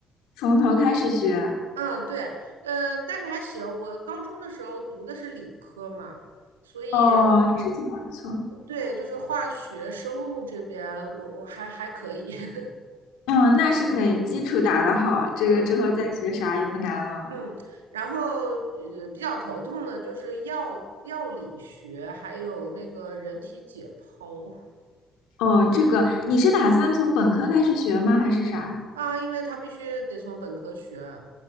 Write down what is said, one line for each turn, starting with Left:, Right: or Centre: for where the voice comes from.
Left: 从头开始学。
Right: 嗯，对，呃，但是还行。我高中的时候读的是理科嘛，所以
Left: 哦，这就还不错。
Right: 对，就是化学、生物这边我我还还可以。<laughs>
Left: 嗯，那是可以，基础打得好，这个之后再学啥也不难了。
Right: 嗯嗯，然后呃，比较头痛的就是药药理学，还有那个人体解剖
Left: 哦，这个你是打算从本科开始学吗？还是啥？
Right: 啊，因为它必须得从本科学。